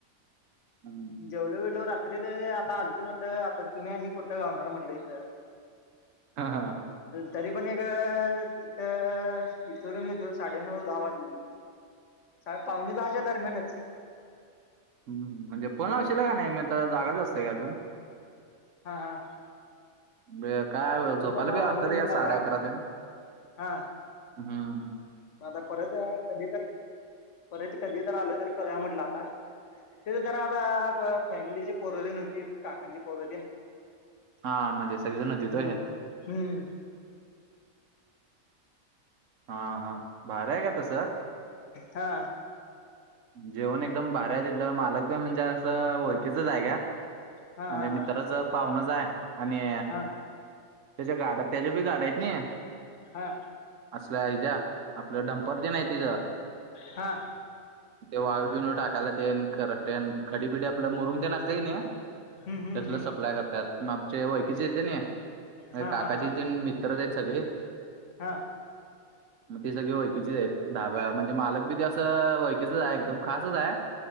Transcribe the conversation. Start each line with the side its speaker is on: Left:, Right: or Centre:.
Right: हं
Left: जेवलो बीवलो रात्री तर आता आलत म्हटलं आता तुम्ही आणि कुठं गावणार म्हटलं इथं
Right: हा हा.
Left: तरी पण एक तिथं फिरून येतो साडेनऊ दहा वाजले.
Right: <inaudible>
Left: सा पावणे दहाच्या दरम्यानच
Right: हम्म, म्हणजे फोन लावशला का नाही मी आता जागाच असतो की अजून.
Left: हा हा
Right: ब काय
Left: बघितलं
Right: झोपाला
Left: मग
Right: बी
Left: राहू
Right: असत
Left: दे म्हटलं
Right: या साडे
Left: आता
Right: अकरा तेन
Left: हा.
Right: हम्म.
Left: मग आता परत कधी तर, परत कधी तर आल तरी कया म्हटलं आता. तिथं जरा आता फॅमिलीचे पोरो तीन होती. काकांचे पोरो तीन
Right: हा म्हणजे सगळे जणं तिथं
Left: हम्म.
Right: होय.
Left: हम्म.
Right: हा हा भार्या <unintelligible> आहे का तसं.
Left: हा.
Right: जेवण एकदम भारी तीथलं, मालक बी म्हणजे असं ओळखकीच आहे.
Left: हा
Right: म्हणजे
Left: हा
Right: मित्राचा पाहुणाच आहे. आणि
Left: हा
Right: त्याच्या गाड्या त्याच्या बी गाड्या आहेत ना या.
Left: हा.
Right: असल्या <unintelligible> आज आपलं डम्पर ते नाही तिचं
Left: हा.
Right: ते वाळू बीळू टाकायला ते करतेन खडी- बिडी आपलं मुरूम ते न असते ना,
Left: हम्म हम्म
Right: तसलं
Left: हम्म
Right: सप्लाय करतात. मग आमचे ओळकीचे येत ना माझ्या
Left: हा
Right: काकाचे
Left: हा हा
Right: तेन मित्र आहेत सगळे.
Left: हा
Right: मग ती सगळी ओळखकीचीच आहेत. धाबा म्हणजे मालक बी ते असं कस आहे एकदम खासच आहे.